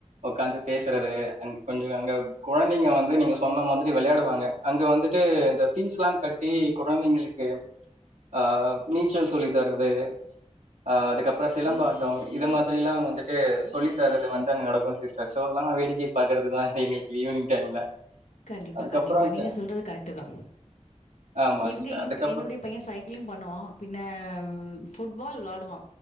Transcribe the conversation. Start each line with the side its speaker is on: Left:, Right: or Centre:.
Right: உக்காந்து பேசறது அங் கொஞ்சொ அங்க குழந்தைங்க வந்து நீங்க சொன்ன மாதிரி வெளயாடுவாங்க அங்க வந்துட்டு இந்த ஃபீஸ்லா கட்டி குழந்தைங்களுக்கு ஆ நீச்சல் சொல்லி தர்றது ஆ அதுக்கப்றொ சிலம்பாட்டம் இத மாதிரில்லா வந்துட்டு சொல்லி தர்றது வந்து அங்க நடக்கு சிஸ்டர் சோல்லா வேடிக்கை பாக்குறதுதா எங்களுக் ஈவ்னிங் டைம்ல
Left: கண்டிப்பா
Right: அதுக்கப்புறம்
Left: கண்டிப்பா
Right: க-
Left: நீங்க சொல்றது கரெக்ட்டுதா
Right: ஆமா
Left: இவ்ங்க
Right: சிஸ்டர்
Left: ஏம்ப்
Right: அதுக்கப்புறம்
Left: என்னுடைய பைய சைக்கிளிங் பண்ணுவா பின்ன ஃபுட்பால் வ்ளாடுவா